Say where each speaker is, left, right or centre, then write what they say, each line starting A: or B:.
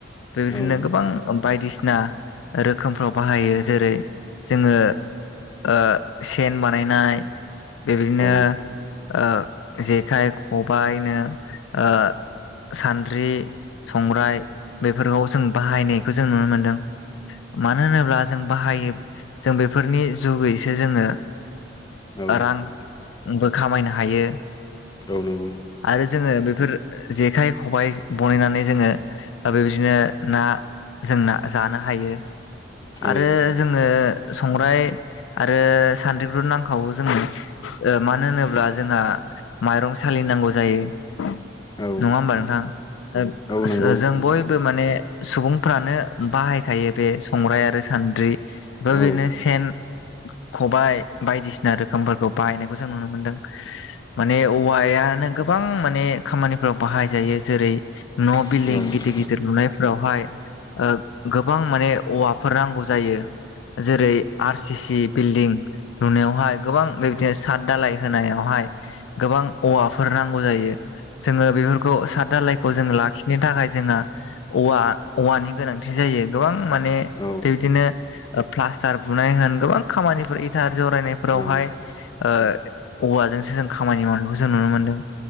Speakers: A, on the left; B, on the left.
A: बेबायदिनो
B: औ
A: गोबां बायदिसिना रोखोमफ्राव बाहायो जेरै जोङो ओ सेन बानायनाय बेबायदिनो
B: औ
A: ओ जेखाइ खबाइनो ओ सान्द्रि संग्राय बेफोरखौ जों बाहायनाय खौ जों नुनो मोन्दों मानो होनोब्ला जों बाहायो जों बेफोरनि जुगैसो जोङो
B: औ
A: ओ रां बो खामायनो हायो
B: औ नांगौ
A: आरो जोङो बेफोर जेखाइ खबाइ बनायनानै जोङो आरो बिदिनो ना जों ना जानो हायो
B: औ
A: आरो जोङो संग्राय आरो सान्द्रिखौथ' नांखागौ जोंनो ओ मानो होनोब्ला जोंहा माइरं सालिनांगौ जायो नङा
B: औ
A: होमबा नोंथां ओ
B: औ नंगौ
A: ओ जों बयबो माने सुबुंफ्रानो बाहायखायो बे संग्राइ आरो सान्द्रि बेबायदिनो
B: औ
A: सेन खबाइ बायदिसिना रोखोमफोरखौ बाहायनायखौ जों जों नुनो मोनदों। माने औ औवायानो गोबां माने खामानिफोराव बाहायजायो जेरै न'
B: औ
A: बिल्डिं गिदिर गिदिर लुनायफोरावहाय ओ गोबां माने औवाफोर नांगौ जायो। जेरै आर सि सि बिल्डिं लुनायावहाय गोबां बेबायदिनो साथ दालाय होनायावहाय गोबां औवाफोर नांगौ जायो। जोङो बेफोरखौ साथ दालायखौ जोङो लाखिनो थाखाय जोंहा औवा औवानि गोनांथि जायो गोबां माने
B: औ
A: बेबायदिनो ओ प्लास्टार बुनाय होन गोबां खामानिफोर इटार जरायनाय
B: औ
A: फोरावहाय ओ औवाजोंसो जों खामानि मावनायखौ जों नुनो मोनदों